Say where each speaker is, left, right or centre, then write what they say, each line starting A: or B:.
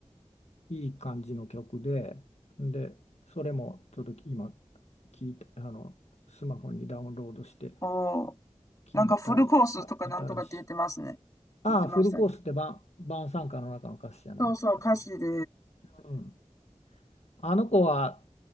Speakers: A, on the left; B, on the left.
A: いい感じの曲で、で、それもちょっと今聞いたあの、スマホにダウンロードして
B: おう。
A: 聞いたり、
B: なんかフルコースとかなんとかって言ってますね。
A: あ、新しい。ああ、
B: 言ってましたね。
A: フルコースって晩、晩餐歌の中の歌詞じゃない多分。
B: そうそう、歌詞で、
A: うん。あの子は